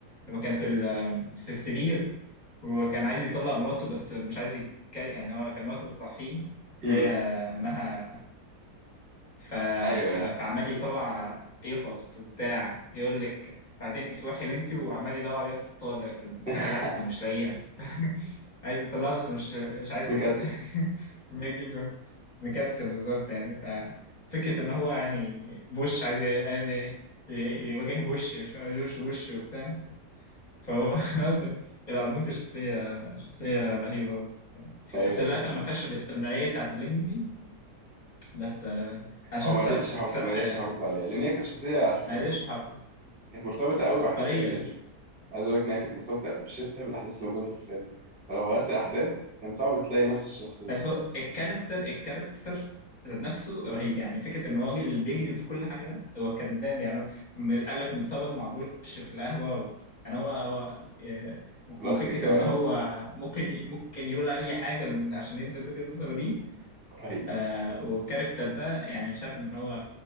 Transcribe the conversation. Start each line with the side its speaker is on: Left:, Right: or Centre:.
Left: لما كان في ال- في السرير وكان عايز يطلع مراته بس مش عايز يك... يعني هو كان مراته بتصحيه
Centre: مم.
Left: اللي هي مها ف...
Centre: ايوه ايوه
Left: فعمال يطلع يفط وبتاع يقول لك بعدين وحي بنتي وعمال يدور على يفط الطالق في البتاع
Centre: <laughs>
Left: تحت ومش لاقيها عايز يطلعه بس مش مش عايز
Centre: مكسل
Left: يكلم <laughs> بيجيب له مكسل بالظبط يعني ففكرة إن هو يعني بوش عايز ي- عايز ي- ي- يواجه بوش مش عارف جورج بوش وبتاع فهو <laughs> القرموطي شخصية شخصية رهيبة برضه
Centre: ايوه
Left: بس للأسف ما فيهاش الاستمرارية بتاعت الليمبي بس آه، أنا شايف
Centre: هو ما
Left: فرق
Centre: قدرش يحافظ
Left: فرق
Centre: ما قدرش
Left: آه،
Centre: يحافظ عليها لان هي كانت شخصيه عارف
Left: ما قدرش يحافظ
Centre: كانت مرتبطه
Left: عبقرية
Centre: قوي باحداث الفيلم عايز اقول لك ان هي كانت مرتبطه بشده بالاحداث اللي موجوده في الفيلم فلو غيرت الاحداث كان صعب تلاقي نفس الشخصيه
Left: بس هو الكاركتر الكاركتر ذات نفسه رهيب يعني فكرة إن هو راجل بيكذب في كل حاجة ده هو كذاب يعني هو م- قال لك متصور مع بوش في القهوة و... يعني هو, هو آه، وفكرة
Centre: لقطه الجواب
Left: إن هو ممكن ممكن يقول أي حاجة عشان يثبت وجهة نظره دي
Centre: رهيب
Left: آه والكاركتر ده يعني شايف إن هو